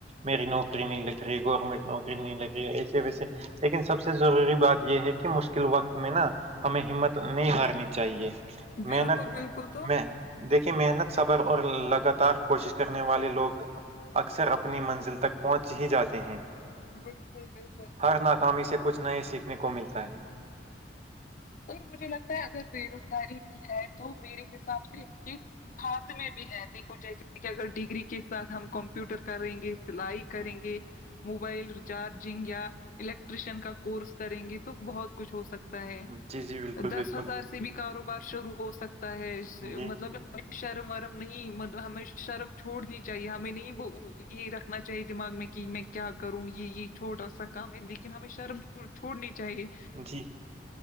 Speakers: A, on the right; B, on the left.
A: میری نوکری نہیں لگ رہی گورنمنٹ نوکری نہیں لگ رہی ایسے ویسے لیکن سب سے ضروری بات یہ ہے کہ مشکل وقت میں نا ہمیں ہمت نہیں ہارنی چاہیے
B: بالکل
A: محنت
B: بالکل تو
A: میں دیکھئے محنت صبر اور لگاتار کوشش کرنے والے لوگ اکثر اپنی منزل تک پہنچ ہی جاتے ہیں
B: بالکل بالکل
A: ہر ناکامی سے کچھ نئے سیکھنے کو ملتا ہے
B: اور مجھے لگتا ہے اگر بے روزگاری بھی ہے تو میرے حساب سے اس کے ہاتھ میں بھی ہے دیکھو جیسے کہ اگر ڈگری کے ساتھ ہم کمپیوٹر کریں گے سلائی کریں گے موبائل ریچارجنگ یا الیکٹریشن کا کورس کریں گے تو بہت کچھ ہو سکت تا ہے
A: جی جی بالکل
B: دس
A: بالکل
B: ہزار سے بھی کاروبار شروع ہو سکتا ہے اس سے
A: جی
B: مطلب ہم شرم ورم نہیں مطلب ہمیں شرم چھوڑنی چاہیے ہمیں نہیں وہ یہ رکھنا چاہیے دماغ میں کہ میں کیا کروں گی یہ چھوٹا سا کام ہے لیکن ہمیں شرم چھوڑنی چاہیے
A: جی